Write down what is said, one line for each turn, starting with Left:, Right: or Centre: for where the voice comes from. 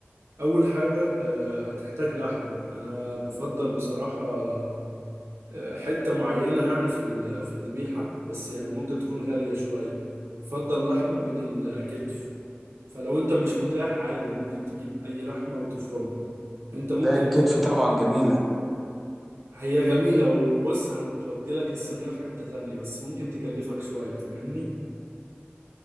Right: أول حاجة آه، هتحتاج لحمة أنا بفضل بصراحة آه، حتة معينة يعني في ال- في الذبيحة بس يعني ممكن تكون غالية شوية بفضل لحمة من الكتف فلو أنت مش متاح عادي ممكن تجيب أي لحمة وتفرمها أنت ممكن
Centre: ده الكتف
Right: ت...
Centre: طبعا جميله
Right: هي جميلة وبص هتودي لك الصينية في حتة تانية بس ممكن تكلفك شوية فاهمني؟